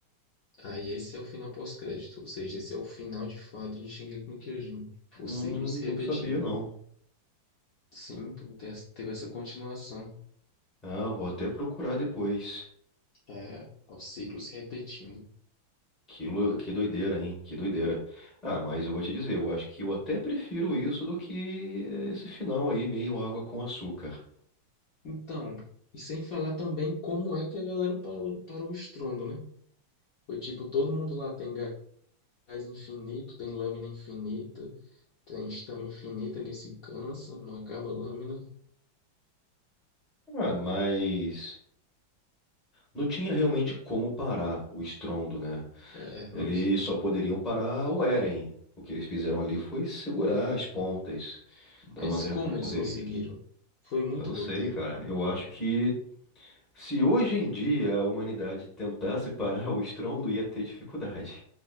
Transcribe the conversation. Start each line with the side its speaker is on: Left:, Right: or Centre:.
Left: Aí esse é o final pós-crédito, ou seja, esse é o final de fato de Shingeki no Kyojin, o
Centre: hum,
Left: ciclo se repetindo.
Centre: não sabia, não.
Left: Sim, pô, te- teve essa continuação,
Centre: Ah, vou até procurar depois.
Left: é, é o ciclo se repetindo.
Centre: Que, lo- que doideira, hein? Que doideira. Ah, mas eu vou te dizer, eu acho que eu até prefiro isso do que esse final aí, meio água com açúcar.
Left: Então, e sem falar também como é que a galera parou, parou o estrondo, né? Foi tipo, todo mundo lá tem ga- gás infinito, tem lâmina infinita, tem estamina infinita, ninguém se cansa, não acaba a lâmina.
Centre: Ah, mas não tinha realmente como parar o estrondo, né?
Left: É, não
Centre: Eles
Left: tinha.
Centre: só poderiam parar o Eren. O que eles fizeram ali foi segurar as pontas
Left: Mas
Centre: da maneira
Left: como
Centre: como poderia.
Left: eles conseguiram? Foi muito
Centre: Eu não
Left: roteiro.
Centre: sei, cara. Eu acho que se hoje em dia a humanidade tentasse <laughs> parar o estrondo, ia ter dificuldade.